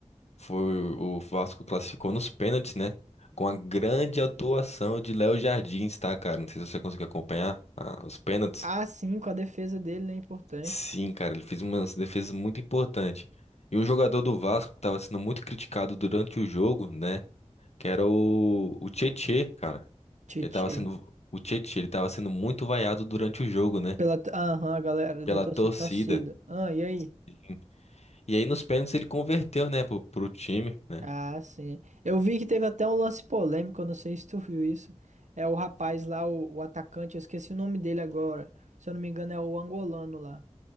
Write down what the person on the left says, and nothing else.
foi o Vasco classificou nos pênaltis, né? Com a grande atuação de Léo Jardins, tá, cara? Não sei se você conseguiu acompanhar ah, os pênaltis.
Sim, cara, ele fez uma defesa muito importante E um jogador do Vasco que estava sendo muito criticado durante o jogo, né? Que era o, o Tietê, cara.
Ele tava sendo. O Tietchan, ele tava sendo muito vaiado durante o jogo, né?
Pela
torcida.
Sim. E aí nos pênaltis ele converteu, né, pro, pro time, né?